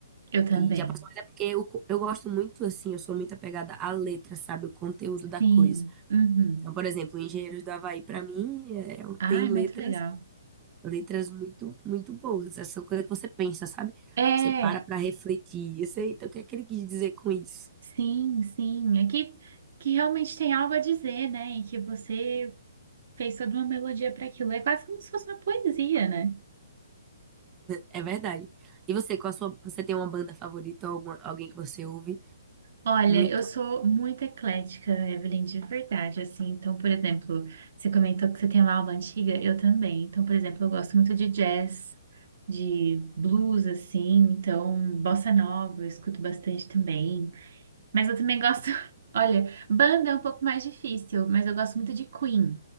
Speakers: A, on the right (about 60°); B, on the right (about 20°).
A: Eu também.
B: que já passou. Mas é porque eu, co- eu gosto muito, assim, eu sou muito apegada à letra, sabe? O conteúdo da
A: Sim.
B: coisa.
A: Uhum.
B: Então, por exemplo, Engenheiros do Havaí, pra mim, é,
A: Ai,
B: tem letras
A: muito legal.
B: letras muito, muito boas. Essas são coisas que você pensa, sabe?
A: É,
B: Você para pra refletir. Eu sei, então, o que é que ele quis dizer com isso?
A: sim, sim. Aqui que que realmente tem algo a dizer, né? E que você Fez toda uma melodia para aquilo. É quase como se fosse uma poesia, né?
B: É verdade. E você, qual a sua, você tem uma banda favorita ou alguma- alguém que você ouve
A: Olha,
B: muito?
A: eu sou muito eclética, Evelyn, de verdade, assim. Então, por exemplo, você comentou que você tem uma alma antiga, eu também. Então, por exemplo, eu gosto muito de jazz, de blues, assim. Então, bossa nova, eu escuto bastante também. Mas eu também gosto. <laughs> Olha, banda é um pouco mais difícil, mas eu gosto muito de Queen.